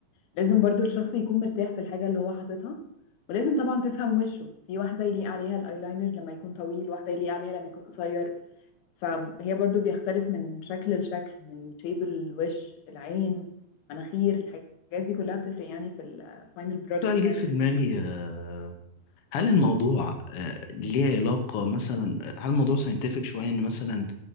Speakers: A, on the left; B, on the left.
A: لازم برضو الشخص يكون مرتاح في الحاجة اللي هو حاططها ولازم طبعا تفهم وشه في واحدة يليق عليها الايلاينر لما يكون طويل واحدة يليق عليها لما يكون قصير فهي برضو بيختلف من شكل لشكل من شيب الوش العين مناخير الحاجات دي كلها بتفرق يعني في الفاينل بروجكت
B: سؤال جه
A: يعني
B: في
A: في
B: دماغي
A: الميك اب
B: آه، هل الموضوع آه، ليه علاقة مثلا آه، هل الموضوع ساينتفك شوية ان مثلا